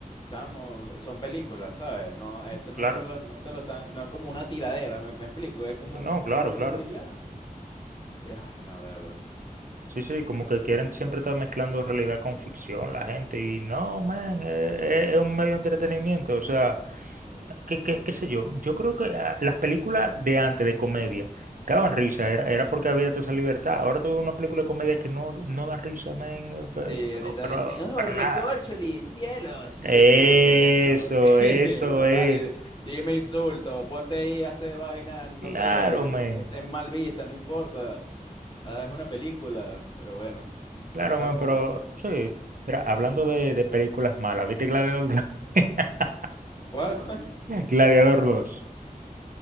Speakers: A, on the left; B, on the right.
A: chamo, son películas, ¿sabes? No, esto
B: claro,
A: no, lo- no te lo están, no es como una tiradera, me, me explico, es como
B: no,
A: una
B: claro,
A: película
B: claro.
A: y ya. Ay, no, de verdad.
B: Sí, sí, como que quieren siempre estar mezclando realidad con ficción la gente, y no,
A: Eh,
B: men, eh,
A: o sea,
B: eh, es un medio de entretenimiento, o sea.
A: sí.
B: qué, qué- qué sé yo, yo creo que ah, las películas de antes de comedia que daban risa, era, era porque había toda esa libertad. Ahora tuve una película de comedia que no, no da risa, men, eh, pe-
A: Sí,
B: pero,
A: ahorita
B: pero
A: dicen, oh,
B: para
A: recorcholi,
B: nada.
A: cielos.
B: Eso,
A: Y es, eh, ¿qué es eso? <laughs>
B: eso
A: ¿Qué? No
B: es.
A: vale, dime insulto, ponte ahí a hacer vainas, no
B: Claro,
A: sé,
B: men.
A: que estén mal vistas, no importa. Ah, es una película, pero bueno,
B: Claro,
A: tú sabes
B: men,
A: cómo
B: pero
A: es.
B: sí. Mira, hablando de, de películas malas, ¿viste Gladiador, dos? <laughs>
A: ¿Cuál, cuál?
B: Gladiador dos